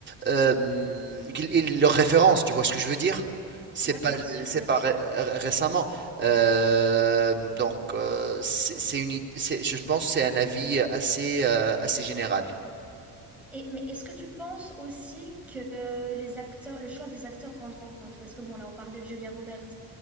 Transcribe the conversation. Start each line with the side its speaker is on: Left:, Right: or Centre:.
Right: euh, qu'il- il- leur référence, tu vois ce que je veux dire? C'est
Centre: Ouais,
Right: pas,
Centre: bien sûr,
Right: c'est
Centre: bien
Right: pas
Centre: sûr.
Right: ré- ré- récemment. Euh, donc, c'est c'est une, id- c'est- je pense que c'est un avis assez, euh, assez général.
Centre: Et, mais est-ce que tu penses aussi que les acteurs, le choix des acteurs rentre en compte? Parce que bon, là, on parlait de Julia Roberts,